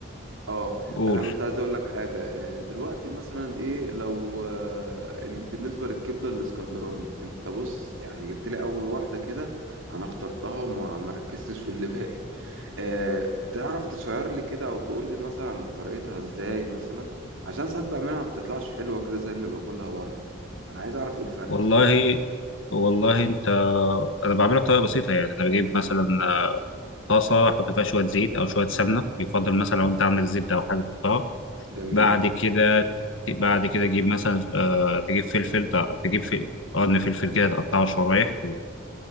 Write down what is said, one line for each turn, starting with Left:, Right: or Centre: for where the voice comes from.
Right: اه
Left: بقول
Right: انا كنت عايز اقول لك حاجه آه، دلوقتي مثلا ايه لو آه، ال- بالنسبه للكبده الاسكندراني انت بص يعني جبت لي اول واحده كده انا اخترتها وما ما ركزتش في اللي <laughs> باقي آه، تعرف تشير لي كده او تقول لي مثلا طريقتها ازاي مثلا عشان ساعات بعملها ما بتطلعش حلوه كده زي اللي باكلها بره انا عايز اعرف ايه الفرق
Left: والله والله انت انا بعملها بطريقه بسيطه يعني انا بجيب مثلا آه، طاسه احط فيها شويه زيت او شويه سمنه يفضل مثلا لو انت عندك زبده او حاجه تحطها
Right: جميل
Left: بعد كده بعد كده تجيب مثلا آه تجيب فلفل تجيب فلفل قرن فلفل كده تقطعه شرايح